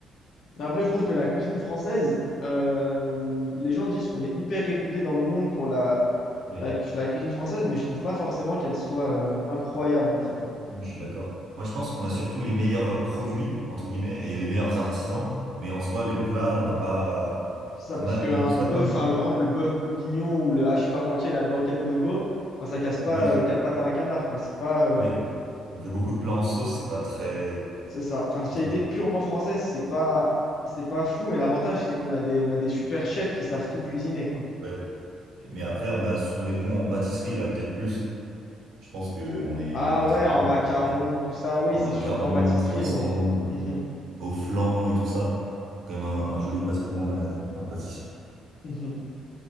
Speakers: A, on the left; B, on the right.
A: Mais Après, je trouve que la cuisine française, euh, les gens disent qu'on est hyper réputé dans le monde pour la
B: Oui,
A: la, cu- la cuisine française, mais je trouve pas forcément qu'elle soit euh, incroyable en fait. hein.
B: Oui, je suis d'accord. Moi, je pense qu'on a surtout les meilleurs euh, produits, entre guillemets, et les meilleurs artisans, mais en soi, les plats, on n'a pas.
A: C'est ça,
B: On
A: parce
B: a une
A: qu'un
B: très
A: bœuf,
B: bonne.
A: hein, le, par exemple, le bœuf bourguignon ou le hachis parmentier la blanquette de veau, enfin, ça casse pas
B: Oui, c'est-
A: euh, quatre pattes à un canard, quoi. C'est pas, euh,
B: oui. On fait beaucoup de plats en sauce, c'est pas très.
A: c'est ça. Enfin, la spécialité
B: C'est sûr.
A: purement française, c'est pas, c'est pas fou, mais l'avantage, c'est qu'on a des, on a des super chefs qui savent tout cuisiner, quoi.
B: Ouais. Mais après, on a... si on est bon en pâtisserie, là, peut-être plus. Je pense qu'on est...
A: Ah
B: on est
A: ouais,
B: très
A: en
B: bon en
A: macarons,
B: pâtisserie.
A: tout ça, oui,
B: En
A: c'est
B: macarons,
A: sûr qu'en pâtisserie,
B: croissants,
A: on est.
B: euh,
A: Mhm,
B: au flan et tout ça. Quand même un, un joli patrimoine euh, en pâtisserie.
A: mhm.